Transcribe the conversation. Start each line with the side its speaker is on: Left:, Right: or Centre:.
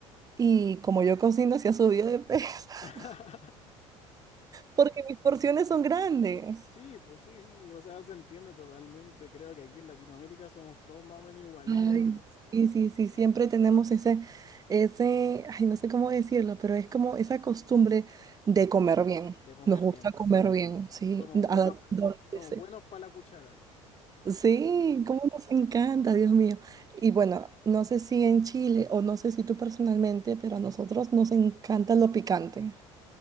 Right: Y como yo cocino, se ha subido de peso <laughs>
Left: <laughs>
Right: porque mis porciones son grandes.
Left: Sí, pues sí, sí, sí, o sea, se entiende totalmente. Creo que aquí en Latinoamérica somos todos más o menos iguales
Right: Ay,
Left: <laughs>
Right: sí, sí, sí, siempre tenemos ese, ese, ay, no sé cómo decirlo, pero es como esa costumbre de comer bien.
Left: de comer
Right: Nos gusta
Left: bien,
Right: comer
Left: sí.
Right: bien, sí,
Left: Somos buenos,
Right: a
Left: p-
Right: donde
Left: somos
Right: sea.
Left: buenos para la cuchara.
Right: Sí, cómo nos encanta, Dios mío. Y bueno, no sé si en Chile o no sé si tú personalmente, pero a nosotros nos encanta lo picante.